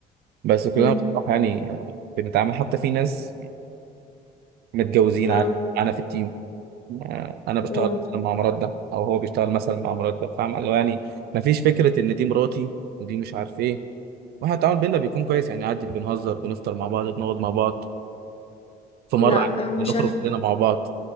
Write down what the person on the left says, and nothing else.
مم.
لا
واو
لا
آه، مش
عارفة